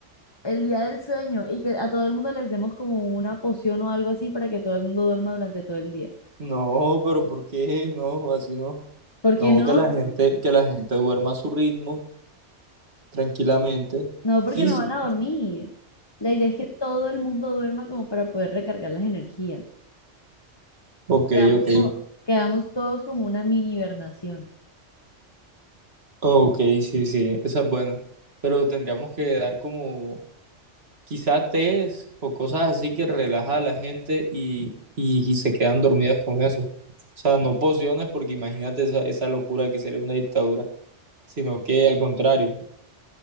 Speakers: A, on the left; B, on the right.
A: el día del sueño y que a todo el mundo les demos como una poción o algo así para que todo el mundo duerma durante todo el día.
B: No, pero ¿por qué? No, así no.
A: ¿Por qué
B: No,
A: no?
B: que la gente, que la gente duerma a su ritmo, tranquilamente.
A: No, porque
B: Y
A: no
B: sí.
A: van a dormir. La idea es que todo el mundo duerma como para poder recargar las energías.
B: Ok,
A: Quedamos,
B: ok.
A: como- quedamos todos como una mini hibernación.
B: Ok, sí, sí, esa es buena. Pero tendríamos que dar como quizás tés o cosas así que relaja a la gente y, y, y se quedan dormidas con eso. O sea, no pociones porque imagínate esa, esa locura que sería una dictadura, sino que al contrario,